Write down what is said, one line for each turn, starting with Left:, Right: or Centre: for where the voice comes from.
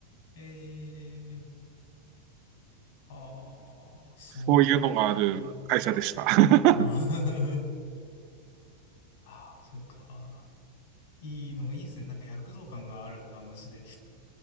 Left: えー、はあ、そうか。
Right: そういうのがある会社でした。<laughs>
Left: ああ <laughs> ああそっか。いい、でもいいですね。なんか躍動感がある話で。